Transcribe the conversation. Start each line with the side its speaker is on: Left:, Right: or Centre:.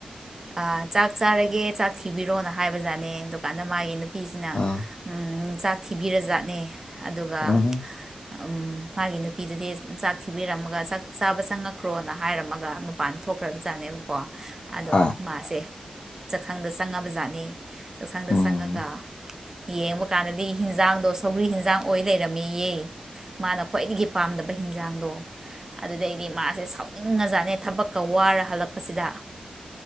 Right: ꯑꯥ ꯆꯥꯛ ꯆꯥꯔꯒꯦ ꯆꯥꯛ ꯊꯤꯕꯤꯔꯣꯅ ꯍꯥꯏꯕ ꯖꯥꯠꯅꯦ ꯑꯗꯨꯀꯥꯟꯗ ꯃꯥꯒꯤ ꯅꯨꯞ ꯄꯤꯁꯤꯅ
Left: ꯎꯝ
Right: ꯑꯝ ꯆꯥꯛ ꯊꯤꯕꯤꯔ ꯖꯥꯠꯅꯦ ꯑꯗꯨꯒ
Left: ꯎꯝ ꯍꯣꯏ ꯎꯝ
Right: ꯑꯝ ꯃꯥꯒꯤ ꯅꯨꯄꯤꯗꯨꯗꯤ ꯆꯥꯛ ꯊꯤꯕꯤꯔꯝꯃꯒ ꯆꯥꯛ ꯆꯥꯕ ꯆꯪꯉꯛꯈ꯭ꯔꯣꯅ ꯍꯥꯏꯔꯝꯃꯒ ꯃꯄꯥꯟ ꯊꯣꯛꯈ꯭ꯔꯕ ꯖꯥꯠꯅꯦꯕꯀꯣ ꯑꯗꯣ
Left: ꯑꯥ
Right: ꯃꯥꯁꯦ ꯆꯛꯈꯪꯗ ꯆꯪꯉꯕꯖꯥꯠꯅꯤ ꯆꯥꯛꯁꯥꯡꯗ
Left: ꯎꯝ
Right: ꯆꯪꯉꯒ ꯌꯦꯡꯕ ꯀꯥꯟꯗꯗꯤ ꯍꯤꯟꯖꯥꯡꯗꯣ ꯁꯧꯒ꯭ꯔꯤ ꯍꯤꯟꯖꯥꯡ ꯑꯣꯏ ꯂꯩꯔꯝꯃꯦꯌꯦ ꯃꯥꯅ ꯈ꯭ꯋꯥꯏꯗꯒꯤ ꯄꯥꯝꯗꯕ ꯍꯤꯟꯖꯥꯡꯗꯣ ꯑꯗꯨꯗꯩꯗꯤ ꯃꯥꯁꯦ ꯁꯥꯎꯅꯤꯡꯉꯖꯥꯠꯅꯦ ꯊꯕꯛꯀ ꯋꯥꯔ ꯍꯥ ꯑꯁꯤꯗ